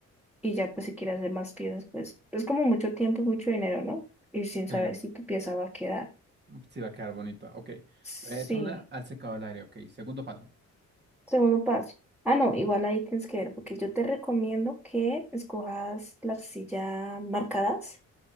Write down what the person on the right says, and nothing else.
Sí,
sí va a quedar bonita. Ok.
Es una al secado al aire. Ok. Segundo paso.